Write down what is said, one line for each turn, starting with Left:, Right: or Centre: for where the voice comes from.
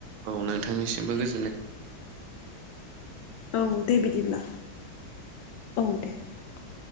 Right: औ नोंथांनिसिमबो गोजोननाय
Left: औ दे बिदिब्ला औ दे ओ